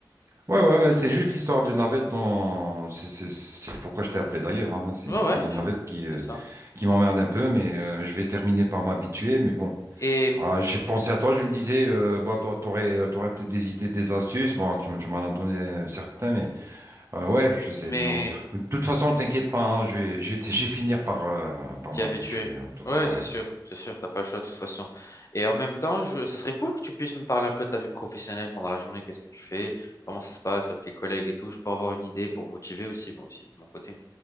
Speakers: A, on the right; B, on the left.
A: Ouais, ouais, mais c'est juste l'histoire de navette dont... C'est c'est- c'est pourquoi je t'ai appelé d'ailleurs. hein. C'est
B: Ouais,
A: l'histoire
B: ouais,
A: de navette
B: je-
A: qui,
B: c'est
A: euh,
B: ça.
A: qui m'emmerde un peu, mais euh, je vais terminer par m'habituer. Mais bon,
B: Et,
A: Ah, j'ai pensé à toi, je me disais, euh, bah, toi, t'aurais, euh, t'aurais peut-être des idées, des astuces. Bon, tu, m- tu m'en as donné euh, certains, mais euh, ouais, je sais.
B: mais
A: de m'en- De toute façon, t'inquiète pas, hein, je vais, je vais, <laughs> t- je vais finir par, euh, par
B: T'es
A: m'habituer.
B: habitué.
A: hein. En tout
B: Ouais,
A: cas, ouais,
B: c'est sûr,
A: ouais.
B: c'est sûr, t'as pas le choix de toute façon. Et en même temps, je... ça serait cool que tu puisses me parler un peu de ta vie professionnelle pendant la journée. Qu'est-ce que tu fais? Comment ça se passe avec les collègues et tout? Je peux avoir une idée pour motiver aussi, moi aussi, de mon côté.